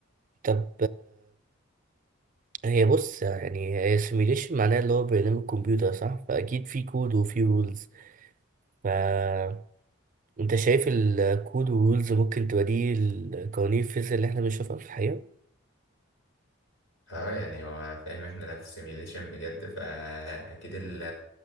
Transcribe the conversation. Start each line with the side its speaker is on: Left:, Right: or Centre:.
Right: طب هي بص يعني هي سيميليشن معناها اللي هو برنامج كمبيوتر صح فأكيد في كود وفي رولز فأنت شايف الكود والرولز ممكن تبقى دي القوانين الفيزياء اللي احنا بنشوفها في الحقيقة
Left: اه يعني هو فاهم احنا لا في سيميليشن بجد فاكيد ال-